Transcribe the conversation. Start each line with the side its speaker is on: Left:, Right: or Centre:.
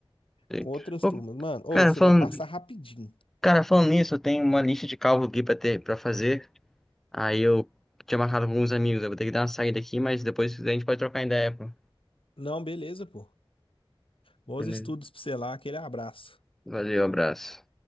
Centre: Sei.
Left: com outras
Centre: Pô,
Left: turmas. Mano, ou
Centre: cara,
Left: você
Centre: falando,
Left: vai passar rapidinho.
Centre: cara, falando nisso, eu tenho uma lista de cálculo aqui pra ter, pra fazer. Aí eu tinha marcado com alguns amigos. Eu vou ter que dar uma saída aqui, mas depois a gente pode trocar ideia, pô.
Left: Não, beleza, pô. Bons
Centre: Beleza.
Left: estudos pra você lá, aquele abraço.
Centre: Valeu, abraço.